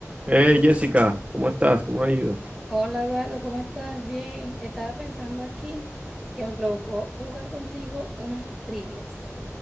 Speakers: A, on the right; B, in the centre.
A: Eh, Jessica, ¿cómo estás? ¿Cómo ha ido?
B: Hola Eduardo, ¿cómo estás? Bien, estaba pensando aquí que me provocó jugar contigo unas trivias.